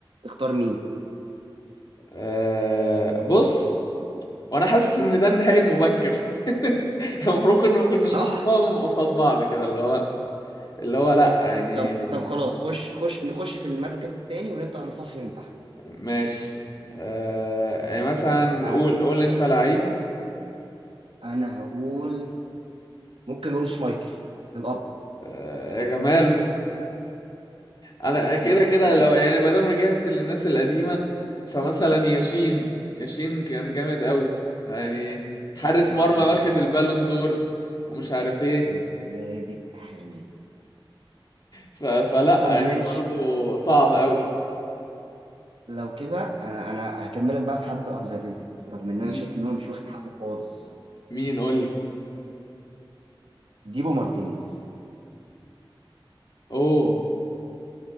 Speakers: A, on the right; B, on the left.
A: اختار مين
B: آه... بص وانا حاسس ان ده النهائي المبكر <laughs> المفروض ان ما كناش
A: صح
B: نحطهم قصاد بعض كده اللي هو اللي هو لا يعني
A: طب طب خلاص خش خش نخش في المركز الثاني ونبدأ نصفي من تحت
B: ماشي آه يعني مثلا
A: انا
B: قول قول انت لعيب
A: انا هقول ممكن اقول شمايكل الاب
B: آه يا جمال <laughs> انا كده
A: انا اقول
B: كده
A: شمايكل
B: لو
A: الاب
B: يعني ما دام رجعت للناس القديمه فمثلا ياشين ياشين كان جامد قوي يعني حارس
A: انت انت
B: مرمى
A: بادئ
B: واخد
A: حامي
B: البالون دور ومش عارف ايه
A: انت بادئ حامي
B: ف... فلا
A: طب
B: يعني
A: ماشي
B: برضه صعب قوي
A: لو كده انا انا هكملك بقى في حد اندر ريتد رغم ان
B: مم.
A: انا شايف ان هو مش واخد حقه خالص
B: مين قول لي
A: ديبو مارتينيز
B: اوه